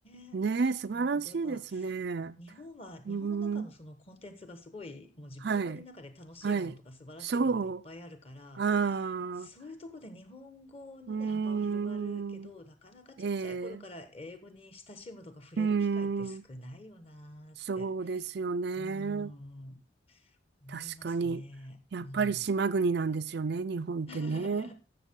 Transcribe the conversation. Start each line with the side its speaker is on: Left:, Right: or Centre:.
Left: え。
Right: ねえ、素晴らしいですね。
Left: なので、やっぱ日本は、
Right: うーん、
Left: 日本の中のそのコンテンツがすごい、もう自分の国の中で楽しいものとか素晴らしいものがいっぱいあるから、
Right: はい、はい、そう、ああ、
Left: そういうとこで日本語のね、
Right: うーん、
Left: 幅は広がるけど、なかなかちっちゃい頃から英語に親しむとか触れる機会って少ないよなーって、
Right: ええ。うーん、そうですよね。
Left: うーん、思いますね。
Right: 確かに。やっぱり島国なんですよね、
Left: うん。
Right: 日本ってね。
Left: <laughs>